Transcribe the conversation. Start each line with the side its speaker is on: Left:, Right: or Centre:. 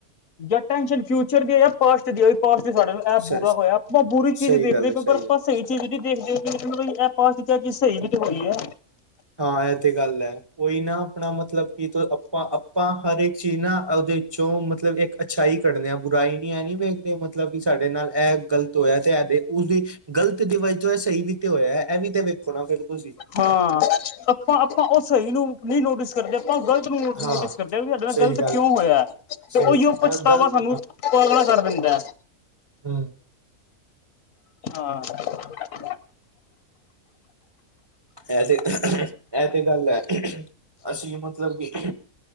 Left: ਜਾਂ ਟੈਨਸ਼ਨ ਫਿਊਚਰ ਦੀ ਆ ਜਾਂ ਪਾਸਟ ਦੀ ਪਾਸਟ ਸਾਡੇ ਐਪ
Right: ਸ
Left: ਬੁਰਾ ਹੋਇਆ। ਆਪਾਂ ਬੁਰੀ ਚੀਜ਼
Right: ਸਹੀ
Left: ਦੇਖਦੇ
Right: ਗੱਲ ਹੈ
Left: ਹੋ ਪਰ ਆਪਾਂ
Right: ਗੱਲ
Left: ਸਹੀ ਚੀਜ਼ ਦੇਖਦੇ ਹੋ ਪਾ ਕਿਹਾ ਕੀ ਸਹੀ ਵੀ ਤੇ ਹੋਈ ਹੈ
Right: ਹਾਂ। ਇਹ ਤੇ ਗੱਲ ਹੈ। ਕੋਈ ਨਾ ਆਪਣਾ ਮਤਲਬ ਕਿ ਆਪਾਂ, ਆਪਾਂ ਹਰ ਇੱਕ ਚੀਜ਼ ਨਾ ਉਹਦੇ ਚੋਂ ਮਤਲਬ ਇੱਕ ਅੱਛਾਈ ਕੱਢਦੇ ਬੁਰਾਈ ਨੀ ਹੈ ਨ ਮੈਂਦੇ ਮਤਲਬ ਕਿ ਸਾਡੇ ਨਾਲ ਇਹ ਗਲਤ ਹੋਇਆ। ਤੇ ਇਹ ਦੇ ਉਸਦੀ ਗ਼ਲਤ ਡਿਵਾਈਜ਼ ਹੈ ਸਹੀ ਵੀ ਤੇ ਹੋਇਆ। ਇਹ ਵੀ ਤੇ ਵੇਖੋ ਨਾ ਫਿਰ ਤੁਸੀਂ
Left: ਹਾਂ। ਆਪਾਂ -ਆਪਾਂ ਉਹ ਸਹੀ ਨੂੰ ਨਹੀਂ ਨੋਟਿਸ ਕਰਦੇ। ਆਪ ਗਲਤ ਨੂੰ ਨੋਟਿਸ
Right: ਹਾਂ
Left: ਕਰਦੇ ਵੀ ਸਾਡੇ ਨਾਲ
Right: ਸਹੀ
Left: ਗ਼ਲਤ
Right: ਗੱਲ
Left: ਕਿਉਂ ਹੋਇਆ। ਤੇ
Right: ਸਹੀ
Left: ਉਹੀਓ
Right: ਇਹ
Left: ਪੁੱਛਤਾ
Right: ਗਲਤ
Left: ਵਾ ਸਾਨੂੰ ਪਹਿਲੇ ਕਰ ਦਿੰਦਾ।
Right: ਹਮ।
Left: ਹਾਂ।
Right: ਐ ਤੇ ਇਹ ਤੇ ਗੱਲ ਹੈ। ਅਸੀਂ ਮਤਲਬ ਕਿ